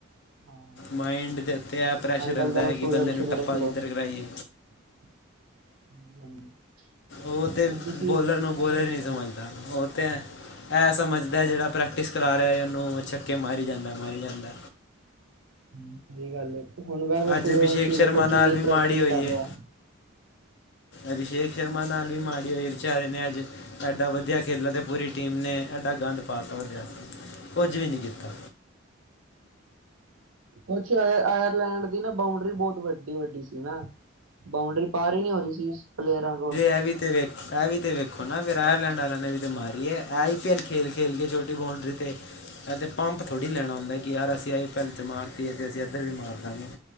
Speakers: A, on the right; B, on the left.
A: ਹਾਂ
B: ਮਾਇੰਡ ਦੇ ਉੱਤੇ ਐ ਪ੍ਰੈਸ਼ਰ
A: ਅੱਜ
B: ਰੈਂਦਾ
A: ਕੱਲ ਤਾਂ
B: ਕਿ
A: ਸੂਰਯਵੰਸ਼ੀ
B: ਬੰਦੇ ਨੂੰ ਟੱਪਾ
A: ਦੇਖ ਲੋ
B: ਕਿੱਦਰ ਕਰਾਈਏ।
A: <unintelligible>
B: ਓ ਤੇ
A: ਹੁਣ ਤੁਸੀਂ
B: ਬੋਲਰ ਨੂੰ ਬੋਲਰ
A: ਐਵੇਂ ਦੇਖੋ
B: ਨੀ ਸਮਝਦਾ,
A: ਨਾ
B: ਓ ਤੈ ਏ ਐ ਸਮਝਦਾ ਜਿਹੜਾ ਪ੍ਰੈਕਟਿਸ ਕਰਾ ਰੇਆ ਓਨੂੰ, ਛੱਕੇ ਮਾਰੀ ਜਾਂਦਾ, ਮਾਰੀ ਜਾਂਦਾ।
A: ਹੂੰ, ਸਈ ਗੱਲ ਏ, ਹੁਣ ਵੈਭਵ
B: ਅੱਜ
A: ਸੂਰੇਵੰਸ਼ੀ
B: ਅਭਿਸ਼ੇਕ ਸ਼ਰਮਾ
A: ਦੇਖੋ
B: ਨਾਲ
A: ਕਿੰਨੀ
B: ਵੀ
A: ਪ੍ਰੈਕਟਿਸ
B: ਮਾੜੀ ਹੋਈ
A: ਕਰ ਰਿਹਾ।
B: ਹੈ ਅਭਿਸ਼ੇਕ ਸ਼ਰਮਾ ਨਾਲ ਵੀ ਮਾੜੀ ਹੋਈ ਵਿਚਾਰੇ ਨੇ ਅੱਜ ਐਡਾ ਵਦੀਆ ਖੇਲਾ, ਤੇ ਪੂਰੀ ਟੀਮ ਨੇ ਐਡਾ ਗੰਦ ਪਾ ਤਾ, ਕੁੱਝ ਵੀ ਨਈ ਕੀਤਾ।
A: ਕੁਛ ਆਇਰਿਲੈਂਡ, ਦੀ ਨਾ ਬਾਊਂਡਰੀ, ਬਹੁਤ ਵੱਡੀ ਵੱਡੀ ਸੀ ਨਾ। ਬਾਊਂਡਰੀ, ਪਾਰ ਈ ਨੀ ਹੋ ਰਹੀ ਸੀ, ਪਲੇਰਾਂ ਕੋਲ।
B: ਐਵੀ ਤੇ ਵੇ ਐ ਵੀ ਤੇ ਵੇਖੋ ਨਾ, ਫੇਰ ਆਇਰਲੈਂਡ ਵਾਲਿਆਂ ਨੇ ਵੀ ਤੇ ਮਾਰੀ ਏ, ਆਈ ਖੇਲ--ਖੇਲ ਕੇ ਛੋਟੀ ਬਾਊਂਡਰੀ ਤੇ ਐਦੇ ਪੰਪ, ਥੋੜੀ ਲੈਣਾ ਹੁੰਦਾ ਕਿ ਯਾਰ, ਅਸੀਂ ਆਈ ਪੈਲ ਚ ਮਾਰਕੇ, ਤੇ ਅਸੀਂ ਏਦਰ ਵੀ ਮਾਰਦਾਗੇਂ।